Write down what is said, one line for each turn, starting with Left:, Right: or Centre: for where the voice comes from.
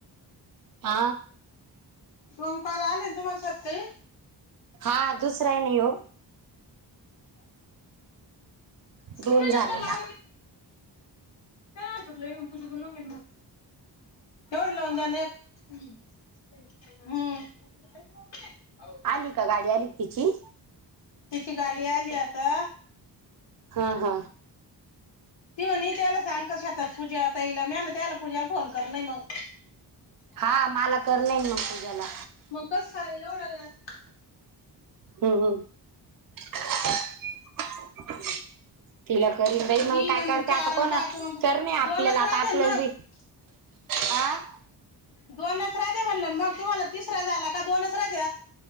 Right: हा
Left: डंकाला ना तुम्हालासाठी शकते!
Right: हा दुसरा आहे नाही हो! दोन
Left: तुम्ही
Right: झाले
Left: नंतरॉ
Right: ना
Left: काय ल पूजा करून घे मग जोर लावनाएवढलाऊान हम्म्म! !
Right: आली का गाडी आत्ती तिची!
Left: तिची गाडी आली आता!
Right: हा! हा!
Left: ती म्ह त्याला सांग कशतात पूजा तईला मला, त्याला पूजाला फोन कर नाही मग
Right: हा मला कर नाही मग पूज्याला
Left: मगच काय एवढं यात
Right: हम् हम् <inaudible> <inaudible> <unintelligible> <inaudible> <inaudible> तिला करीन जाई
Left: तीन
Right: मग काय
Left: आणि
Right: करते
Left: चार
Right: आता
Left: आणि
Right: कोण
Left: पाच मग
Right: करणे?
Left: दोनच
Right: आपल्याला
Left: राहते
Right: आता आपल्याला
Left: ना मग
Right: बी! हाआं! !
Left: दोनच रा द्या म्हणल! मग तुम्हाला तिसरा झाला. का दोनच रा द्या